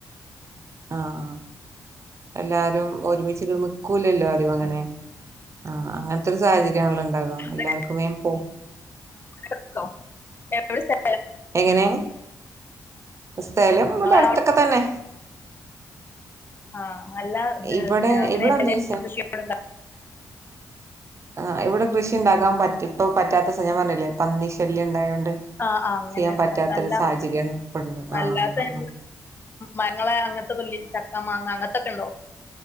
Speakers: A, on the right; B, on the left.
A: ആഹ് എല്ലാരും ഒരുമിച്ച് നിക്കും നില്കുലല്ലോ ആരും അങ്ങനെ
B: ഉം
A: ആഹ് അങ്ങനത്തെ ഒരു സാഹചര്യം ആണല്ലോ ഉണ്ടാവ എല്ലാർക്കുമേ
B: ആ
A: ഇപ്പോ
B: കേട്ടോ <unintelligible>
A: എങ്ങനെയാണ് ബസ്തായാലും
B: നിങ്ങളെ
A: ഇവിടെ അടുത്തൊക്കെ തന്നെ
B: ആഹ് നല്ല
A: ഇവിടെ
B: അങ്ങനെ
A: ഇവിടെ എന്താച്ചാ
B: വല കൃഷിയട്ണ്ട
A: ആഹ് ഇവിടെ കൃഷി ഉണ്ടാക്കാൻ പറ്റ പറ്റാത്ത ഞാൻ പറഞ്ഞില്ലേ പന്നിശല്യം ഉണ്ടായോണ്ട്
B: ആ ആ അങ്ങനെ
A: ചെയ്യാൻ പറ്റാത്തൊരു
B: അങ്ങനല്ല
A: സാഹചര്യമാണ് ഇപ്പള്ളത് ആഹ്
B: അല്ലാത്ത
A: ആഹ്
B: എ മാങ്ങകള അങ്ങനത്തേക്ക ഇല്ലേ ചക്ക മാങ്ങ അങ്ങനത്തൊക്കെ ഉണ്ടോ